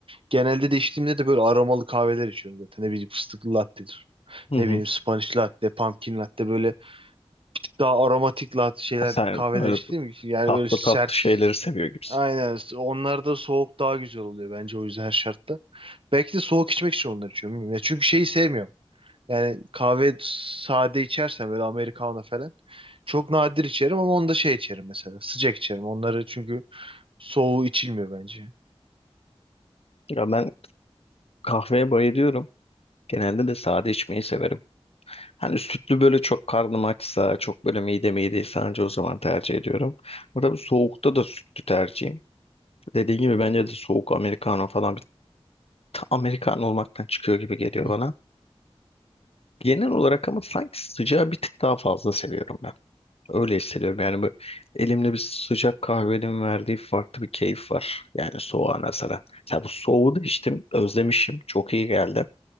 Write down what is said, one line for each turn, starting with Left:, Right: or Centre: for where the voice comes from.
Right: Genelde de içtiğimde de böyle aromalı kahveler içiyorum zaten. Ne bileyim fıstıklı latte'dir.
Left: Hı
Right: Ne
Left: hı.
Right: bileyim Spanish latte, pumpkin latte böyle daha aromatik latte şeyler
Left: Sen
Right: kahveler
Left: böyle
Right: içtiğim için yani
Left: tatlı
Right: öyle sert
Left: tatlı şeyleri seviyor gibisin.
Right: Aynen. Onlar da soğuk daha güzel oluyor bence o yüzden her şartta. Belki de soğuk içmek için onları içiyorum. bilmiyorum. Ya çünkü şeyi sevmiyorum. Yani kahve sade içersem böyle Americano falan. Çok nadir içerim ama onda şey içerim mesela. Sıcak içerim. Onları çünkü soğuğu içilmiyor bence.
Left: Ya ben kahveye bayılıyorum. Genelde de sade içmeyi severim. Hani sütlü böyle çok karnım açsa, çok böyle midem iyi değilse anca o zaman tercih ediyorum. Burada bir soğukta da sütlü tercihim. Dediğim gibi bence de soğuk Americano falan bir ta- Americano olmaktan çıkıyor gibi geliyor
Right: Hı.
Left: bana. Genel olarak ama sanki sıcağı bir tık daha fazla seviyorum ben. Öyle hissediyorum yani böyle elimde bir sıcak kahvenin verdiği farklı bir keyif var. Yani soğuğa nazaran. Ya bu soğuğu da içtim, özlemişim. Çok iyi geldi.